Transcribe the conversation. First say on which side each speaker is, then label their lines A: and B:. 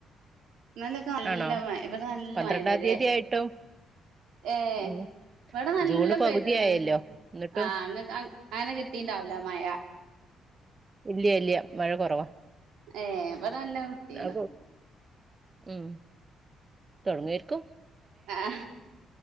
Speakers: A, on the right; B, on the right.
A: നല്ലൊക്കെ നല്ല
B: ആണോ
A: ഇവിടെ നല്ല
B: പന്ത്രണ്ടാം
A: മയതരെ
B: തീയതി ആയിട്ടും
A: ഏ
B: ഉം
A: ഇവിടെ നല്ല
B: ജൂണ് പകുതി
A: പോയത്
B: ആയല്ലോ എന്നിട്ടും
A: ആ അങ്ങനെ കിട്ടീണ്ടാവൂല മഴ
B: ഇല്ലയ ഇല്ല മഴ കൊറവാ
A: ഏ ഇവിടെ നല്ല കിട്ടീണ്
B: അ ഉം തുടങ്ങയിരിക്കും
A: ആഹ